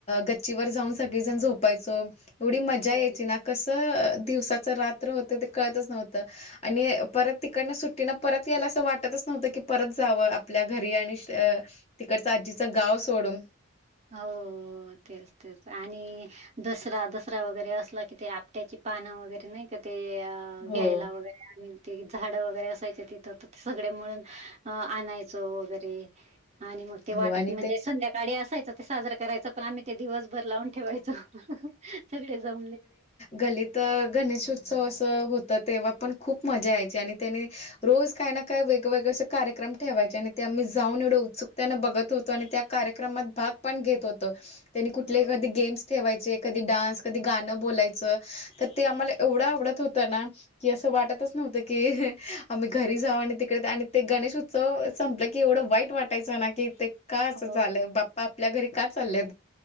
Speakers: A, on the left; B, on the right.
A: गच्चीवर जाऊन सगळीजण झोपायचो एवढी मजा
B: हो
A: यायची ना कसं दिवसाचं रात्र होतं ते कळतच नव्हतं आणि परत तिकडनं सुट्टीन परत यायला असं वाटतच नव्हतं की परत जावं आपल्या घरी आणि तिकडचं आजीचं गाव सोडून
B: हो तेच तेच आणि दसरा दसरा वगैरे असला कि ते आप त्याची पानं वगैरे नाही का ते
A: हो.
B: घ्यायला वगैरे ते झाडं वगैरे असायचे तिथ तर ते सगळे मिळून अ आणायचं वगैरे आणि मग ते वाट
A: हो आणि
B: म्हणजे
A: ते
B: संध्याकाळी असायचं ते साजं करायचं पण आम्ही ते दिवसभर लावून ठेवायचं सगळे जमले
A: गलित गणेश उत्सव असं होत तर तेव्हा पण
B: हो
A: खूप मजा यायची आणि त्यानी रोज काय ना काय वेगवेगळे असे कार्यक्रम ठेवायचे आणि ते आम्ही जाऊन एवढे उत्सुकतेनं बघत होतो आणि त्या कार्यक्रमात भाग पण घेत होत त्यांनी कुठ तथले
B: हो
A: कधी गेम्स ठेवायचे कधी डान्स कधी गाणं बोलायचं तर ते आम्हाला एवढं आवडत होतं ना की असं वाटतच नव्हतं की आम्ही घरी जाऊ आणि तिकडे आणि ते गणेश उत्सव संपलं की एवढं वाईट वाटयचं ना की ते का असं
B: हो
A: चाललंय बाप्पा आपल्या घरी का चाललंय